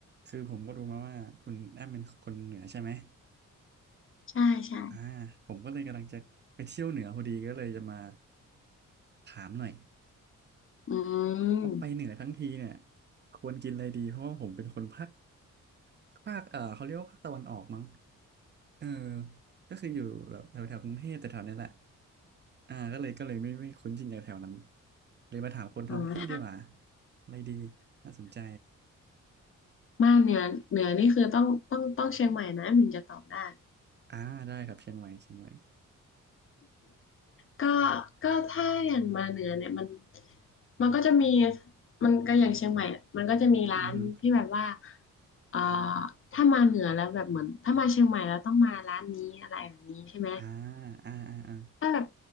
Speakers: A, on the right; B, on the left.
A: คือผมก็รู้มาว่าคุณแอมเป็นคนเหนือใช่ไหม
B: ใช่ใช่
A: อ่าผมก็เลยกำลังจะไปเที่ยวเหนือพอดีก็เลยจะมาถามหน่อย
B: อืม
A: ว่าไปเหนือทั้งทีเนี่ยควรกินอะไรดีเพราะว่าผมเป็นคนภาคภาคเออเขาเรียกว่าภาคตะวันออกมั้งเออก็คืออยู่แบบแถวแถวกรุงเทพแต่แถวนี้แหละอ่าก็เลยก็เลยไม่ไม่คุ้นชินกับแถวนั้นเลยมาถามคนท้องที่ดีกว่า
B: อ๋อถ้า
A: อะไรดีน่าสนใจ
B: บ้านเหนือเหนือนี่คือต้องต้องต้องเชียงใหม่นะถึงจะตอบได้
A: อ่าได้ครับเชียงใหม่เชียงใหม่
B: ก็ก็ถ้าอย่างมาเหนือเนี่ยมันมันก็จะมีมันก็อย่างเชียงใหม่อะมันก็จะมีร้านที่แบบว่า
A: อือฮึ
B: เอ่อถ้ามาเหนือแล้วแบบเหมือนถ้ามาเชียงใหม่แล้วต้องมาร้านนี้อะไรแบบนี้ใช่ไหม
A: อ่าอ่าอ่าอ่า
B: ถ้าแบบ